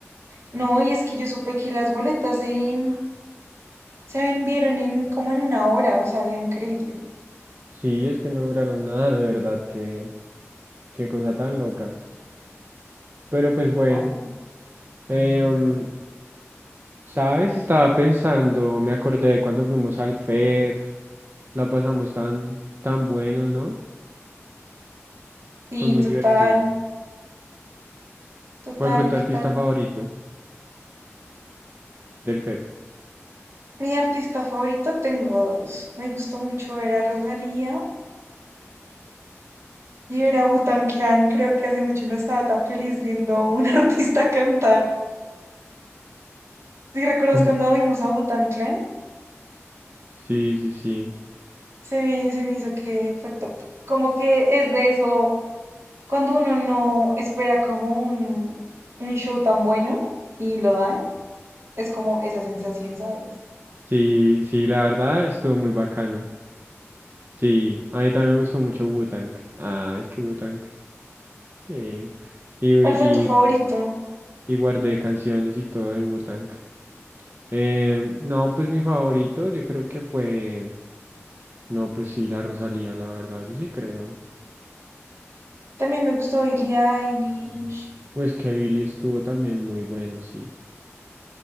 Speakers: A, on the right; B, on the right.
A: No, y es que yo supe que las boletas, eh, se vendieron en como en una hora, o sea, es increíble.
B: Sí, es que no duraron nada, de verdad, qué, qué cosa tan loca. Pero pues bueno,
A: Oh,
B: em, ¿sabes? Estaba pensando, me acordé de cuando fuimos al FEP, la pasamos tan, tan bueno, ¿no?
A: Sí,
B: Fue muy
A: total,
B: divertido.
A: total,
B: ¿Cuál fue tu artista
A: total.
B: favorito del FEP?
A: Mi artista favorito tengo dos. Me gustó mucho ver a Rosalía y ver a wu Clan. Creo que hace mucho no estaba tan feliz viendo a un <laughs> artista cantar. Si recuerdas
B: Mm,
A: cuando vimos a wu Clan?
B: Sí, sí, sí.
A: Se me, se me hizo que fue top. Como que es de eso, cuando uno no espera como un, un show tan bueno y lo dan, es como esa sensación, ¿sabes?
B: Sí, sí, la verdad estuvo muy bacano. Sí, a mí también me gustó mucho Wu-Tang. Ah, es que Wu-Tang. Sí. Y, y,
A: ¿Cuál fue tu favorito?
B: y guardé canciones y todo de Wu-Tang. Eh, no, pues mi favorito, yo creo que fue, no, pues sí, la Rosalía, la verdad, yo sí creo.
A: También me gustó Billie Eilish.
B: Pues que Billy estuvo también muy bueno, sí,